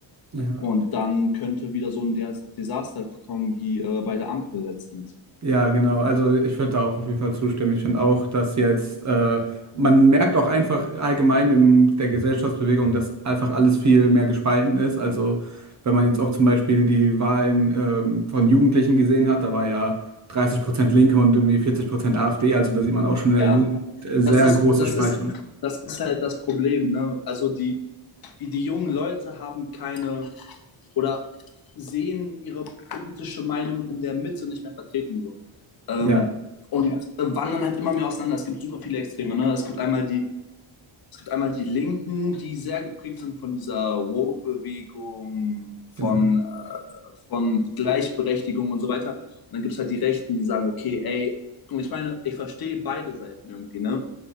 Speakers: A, on the right; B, on the left.
A: Ja.
B: Und dann könnte wieder so ein Des- Desaster kommen wie äh, bei der Ampel letztens.
A: Ja, genau. Also ich würde da auch auf jeden Fall zustimmen. Ich finde auch, dass jetzt, äh, man merkt auch einfach allgemein in der Gesellschaftsbewegung, dass einfach alles viel mehr gespalten ist. Also wenn man jetzt auch zum Beispiel die Wahlen ähm, von Jugendlichen gesehen hat, da war ja 30% Linke und irgendwie 40% AfD. Also da sieht man auch schon in
B: Ja,
A: der Jugend äh, sehr
B: Das ist,
A: große
B: das
A: Spaltung.
B: ist, das ist halt das Problem, ne? Also die, die jungen Leute haben keine oder sehen ihre politische Meinung in der Mitte nicht mehr vertreten so. Ähm,
A: Ja,
B: und äh, wandern halt immer mehr auseinander. Es gibt super viele Extreme, ne? Es gibt einmal die Es gibt einmal die Linken, die sehr geprägt sind von dieser Woke-Bewegung, von,
A: genau.
B: äh, von Gleichberechtigung und so weiter. Und dann gibt es halt die Rechten, die sagen, okay, ey, und ich meine, ich verstehe beide Seiten irgendwie, ne?